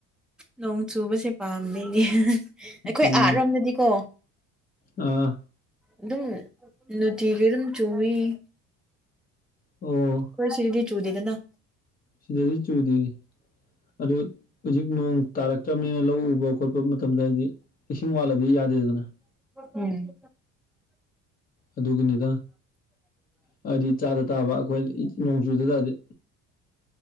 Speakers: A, in the centre; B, on the left (about 30°).
A: ꯅꯣꯡ ꯆꯨꯕꯁꯦ ꯄꯥꯝꯃꯦꯌꯦ ꯑꯩꯈꯣꯏ
B: ꯎꯝ
A: ꯑꯥ ꯔꯣꯝꯗꯗꯤꯀꯣ
B: ꯑꯥ
A: ꯑꯗꯨꯝ ꯅꯨꯡꯇꯤꯒꯤ ꯑꯗꯨꯝ ꯆꯣꯏꯌꯤ
B: ꯑꯣ
A: ꯈꯣꯏꯁꯤꯗꯗꯤ ꯆꯨꯗꯦꯗꯅ
B: ꯁꯤꯗꯗꯤ ꯆꯨꯗꯤꯌꯦ ꯑꯗꯨ ꯍꯧꯖꯤꯛ ꯅꯣꯡ ꯇꯥꯔꯛꯇ꯭ꯔꯕꯅꯤꯅ ꯂꯧ ꯎꯕ ꯈꯣꯠꯄ ꯃꯇꯝꯗ ꯍꯥꯏꯗꯤ ꯏꯁꯤꯡ ꯋꯥꯠꯂꯗꯤ ꯌꯗꯦ ꯗꯦꯗꯅꯥ <unintelligible>
A: ꯎꯝ
B: ꯑꯗꯨꯒꯤꯅꯤꯗ ꯍꯥꯏꯗꯤ ꯆꯥꯗ ꯇꯥꯕ ꯑꯩꯈꯣꯏ ꯅꯣꯡ ꯆꯨꯗ ꯇꯥꯗꯤ